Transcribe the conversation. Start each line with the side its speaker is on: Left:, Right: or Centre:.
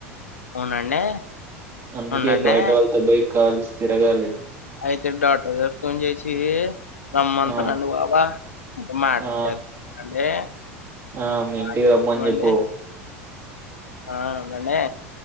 Left: అవునండి.
Right: అందుకే
Left: అవునండి.
Right: బయట వాళ్ళతో బై కాల్స్ తిరగాలి
Left: అయితే డాక్టర్ గారికి ఫోన్ చేసి రమ్మంటా
Right: ఆ
Left: రండి బాబా అంటే మాట
Right: ఆ
Left: చే అండి
Right: ఆ మీ
Left: మాటద్దమండి
Right: ఇంటికి రమ్మని చెప్పు
Left: ఆ మనే